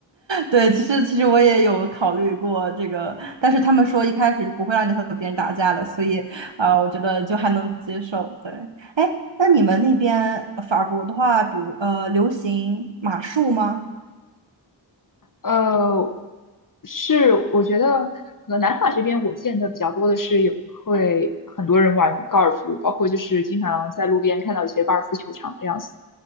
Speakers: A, on the right (about 70°); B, on the left (about 45°).
A: 对，其实其实我也有考虑过这个，但是他们说一开始是不会让你和别人打架的，所以啊、我觉得就还能接受。对，哎，那你们那边呃法国的话，比如呃，流行马术吗？
B: 呃，是，我觉得可能南法这边我见的比较多的是有会很多人玩高尔夫，包括就是经常在路边看到一些高尔夫球场这样子。